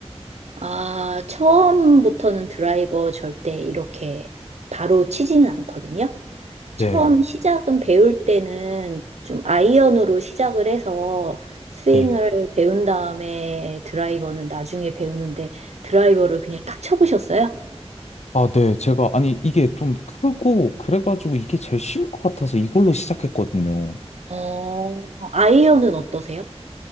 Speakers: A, on the right; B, on the left.
A: 아, 처음부터는 드라이버 절대 이렇게 바로 치지는 않거든요. 처음
B: 네,
A: 시작은 배울 때는 좀 아이언으로 시작을 해서 스윙을
B: 네.
A: 배운 다음에 드라이버는 나중에 배우는데 드라이버를 그냥 딱 쳐보셨어요?
B: 아, 네. 제가, 아니, 이게 좀 크고, 그래가지고 이게 제일 쉬울 것 같아서 이걸로 시작했거든요.
A: 어, 아이언은 어떠세요?